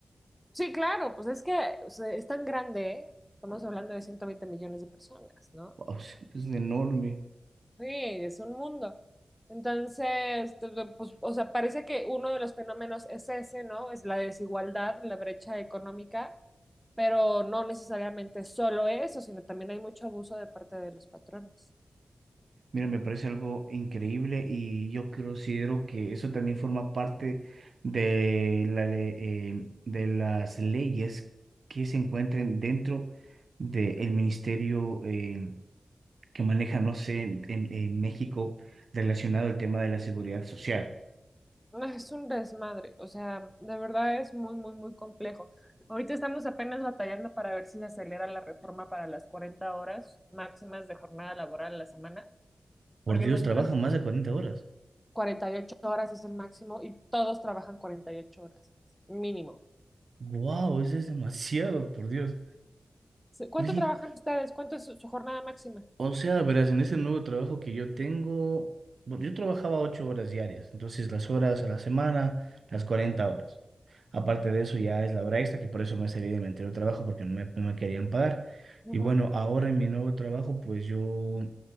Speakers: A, in the centre; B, on the right.
A: Sí, claro, pues es que o sea, es tan grande, ¿eh? Estamos hablando de 120 millones de personas, ¿no?
B: Wow, <laughs> es enorme.
A: Sí, es un mundo. Entonces, t- t- pues, o sea, parece que uno de los fenómenos es ese, ¿no? Es la desigualdad, la brecha económica, pero no necesariamente solo eso, sino también hay mucho abuso de parte de los patrones.
B: Mira, me parece algo increíble y yo considero que eso también forma parte de la le- eh, de las leyes que se encuentren dentro del ministerio eh, que maneja, no sé, en, en- México relacionado al tema de la seguridad social.
A: No, Es un desmadre, o sea, de verdad es muy, muy, muy complejo. Ahorita estamos apenas batallando para ver si se acelera la reforma para las 40 horas máximas de jornada laboral a la semana,
B: Por
A: porque
B: Dios,
A: nosotros
B: trabajan más de 40 horas.
A: 48 horas es el máximo y todos trabajan 48 horas, mínimo.
B: ¡Wow! Eso es demasiado, por Dios.
A: Se- ¿Cuánto
B: Oye,
A: trabajan ustedes? ¿Cuánto es su, su jornada máxima?
B: O sea, verás, en ese nuevo trabajo que yo tengo, bueno, yo trabajaba ocho horas diarias, entonces las horas a la semana, las 40 horas. Aparte de eso ya es la hora extra, que por eso me salí de mi anterior trabajo, porque no me, no me querían pagar.
A: Ujú,
B: Y bueno, ahora en mi nuevo trabajo, pues yo